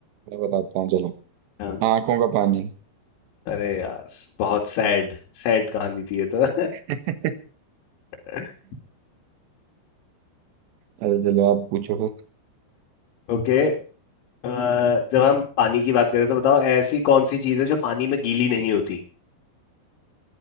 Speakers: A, on the right; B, on the left.
A: मैं बताता हूँ चलो
B: हाँ
A: आंखों का पानी
B: अरे यार बहुत सैड सैड कहानी थी ये तो
A: <laughs>
B: <laughs>
A: अरे चलो आप पूछो कुछ।
B: ओके अ, जब हम पानी की बात करें तो बताओ ऐसी कौन सी चीज़ है जो पानी में गीली नहीं होती